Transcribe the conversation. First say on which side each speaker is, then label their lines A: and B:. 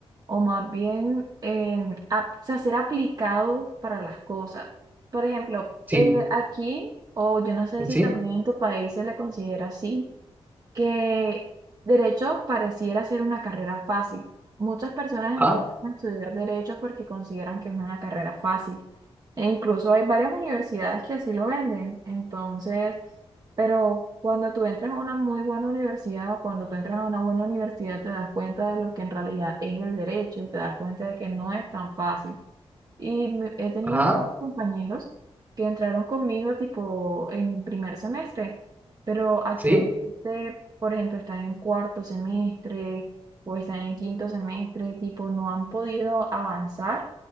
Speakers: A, on the right; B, on the right.
A: o más bien eh, ap- o sea, ser aplicado para las cosas. Por ejemplo,
B: Sí,
A: eh, aquí, o yo no sé si
B: sí,
A: también en tu país se le considera así. que derecho pareciera ser una carrera fácil. Muchas personas empiezan
B: ajá,
A: a estudiar derecho porque consideran que es una carrera fácil. E incluso hay varias universidades que así lo venden. Entonces, pero cuando tú entras a una muy buena universidad o cuando tú entras a una buena universidad te das cuenta de lo que en realidad es el derecho y te das cuenta de que no es tan fácil. Y me- he tenido
B: ajá,
A: compañeros que entraron conmigo tipo en primer semestre, pero actualmente,
B: sí,
A: por ejemplo, están en cuarto semestre o están en quinto semestre, tipo no han podido avanzar,